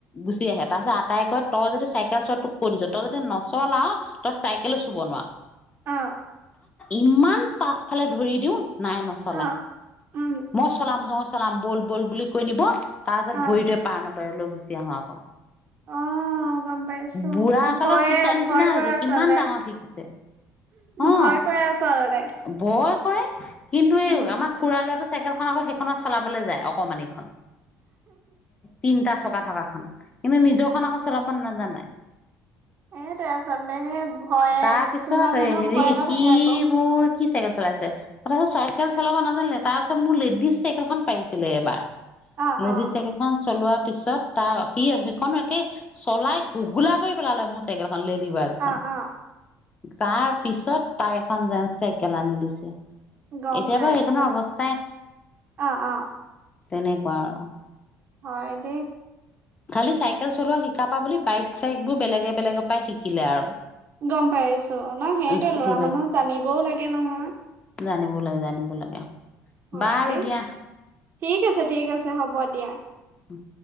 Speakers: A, on the left; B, on the right.
A: গুচি আহে, তাৰ পিছত আতাই কয়, তই যদি চাইকেল চোৱা তোক কৈ দিছোঁ তই যদি নচলা, তই চাইকেলো চুব নোৱা,
B: অ, '
A: ইমান পাছফালে ধৰি দিওঁ, নাই নচলাই।
B: অ', উম,
A: মই চলাম চলাম বল বল বুলি কৈ নিব তাৰপাছত
B: অ',
A: ভৰিটোৱে পা ন পথাৰলৈ গুচি আহে আকৌ
B: অ গম পাইছো
A: বুঢ়া কালত
B: ভয়ে
A: শিকা নিচিনা
B: ভয়
A: হৈছে
B: কৰে আচলতে
A: কিমান ডাঙৰত শিকিছে অ।
B: ভয় কৰে আচলতে
A: ভয় কৰে কিন্তু এই
B: উম,
A: আমাৰ খুৰা ল'ৰাটো চাইকেলখন আকৌ সেইখনত চলাবলৈ যায় অকমান এইখন তিনিটা থকা থকাখন কানে নিজৰখন আকৌ চলাব নয় জানা।
B: এইটে আচলতে সেই ভয়ে
A: তাৰপিছত
B: কিছুমান মানুহ
A: হেৰি
B: ভয় এটা
A: সি
B: থাকে আকৌ।
A: মোৰ কি চাইকেল চলাইছে তাপা চাইকেল চলাব নাজানিলে তাৰিছ মোৰ লেডিজ চাইকেলখন পাৰিছিলে এবাৰ।
B: অ',
A: লেডিজ
B: অ',
A: চাইকেল খন চলোৱাৰ পিছত তাৰ সি সেইখন একে চলাই ঘুঘোলা কৰি পেলালে মোৰ চাইকেল খন লেড বখন।
B: অ', অ',
A: তাৰ পিছত তাক এখন জেন্চ চাইকেল আনি দিছে।
B: গম
A: এতিয়া
B: পাইছো
A: বাৰু সেইখনৰ অৱস্থা
B: অ', অ।
A: তেনেকুৱা আৰু।
B: হয় দে।
A: খালি চাইকেল চলোৱা শিকা পা বুলি বাইক চাইক বোৰ বেলেগে বেলেগৰ পৰাই শিকিলে আৰু।
B: গম পাইছো ন সেইয়টো
A: স্কুটি
B: ল'ৰা মানুহ জানিবও লাগে নহয়।
A: জানে বুল লাগে জানে বুল লাগে।
B: হয়
A: বাৰু
B: দেই
A: দিয়া
B: ঠিক আছে ঠিক আছে হ'ব দিয়া।
A: উম।